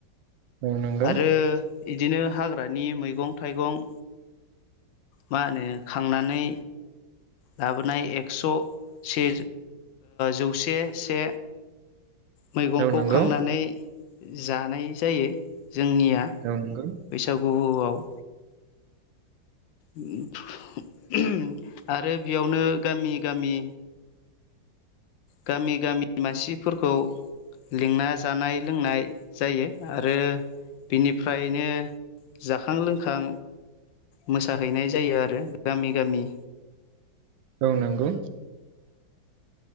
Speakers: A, on the right; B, on the left.
A: औ नंगौ
B: आरो। दिनो हाग्रानि मैगं थाइगं। मा होनो खांनानै लाबोनाय एक्स' से जौसे से मैगंखौ
A: औ नंगौ
B: खांनानै जानाय जायो। जोंनिया
A: औ नंगौ।
B: बैसागुआव। <unintelligible> आरो बेयावनो गामि गामि। गामि गामि मानसिफोरखौ लिंना जानाय लोंनाय जायो आरो बिनिफ्रायनो जाखां लोंखां मोसाहैनाय जायो आरो गामि गामि।
A: औ नंगौ।